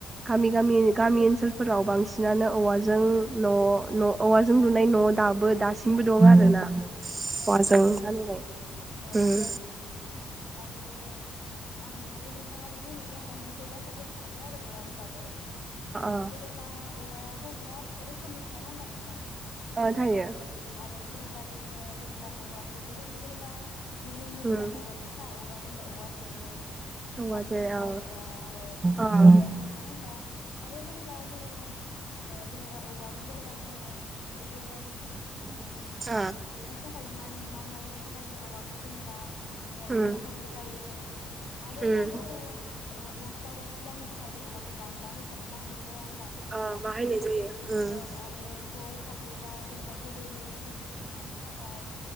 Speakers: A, on the right; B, on the left.
A: गामि गामि गामि ओनसोलफोराव बांसिनानो औवाजों न' न' औवाजों लुनाय न' दाबो दासिमबो दं आरोना।
B: औ
A: औवाजों
B: नोंगौ नोंथां
A: बानायनाय
B: औ
A: उम
B: आरो आं माने नोंथाङा बि दि होननायखाय मोनसे बा थ्रा गोसोखांबाय आरो औवानि बागै
A: अ
B: जेनेबा औवाया थ' बिराद रोखोमनि थाया होनबा नोंथां।
A: अ थायो
B: आरो जेनेबा जोङो बा औवाखौबो जों जेनेबा नुनो मोनो जेनेबा
A: उम
B: औवा फिसा औवा जेनेबा औवा थेरे
A: औवाजों
B: बा बुरखा
A: औ
B: औवा ओ बिदि
A: अ
B: जों नुनो मोना होनबा आरो जेनेबा जोङो ओ जेनेबा औवाजों जेनेबा ओ ओयो
A: <unintelligible>
B: थाखायबो मान मानलायनायनि थाखाय जों औवा खौ जेनेबा
A: उम
B: इदि बाहायनाय जायो आरोबा
A: उम
B: जोङो ओ गस्ला गसलि लामनो थाखायबो औवाखौ दान्दा हिसाबै बाहायनाय जाया होमबा नोंथां
A: ओ बाहायनाय जायो उम
B: औ आरो गय फाथैबा जेनेबा गोजौनि बुस्थुफोर हान ओमफ्राय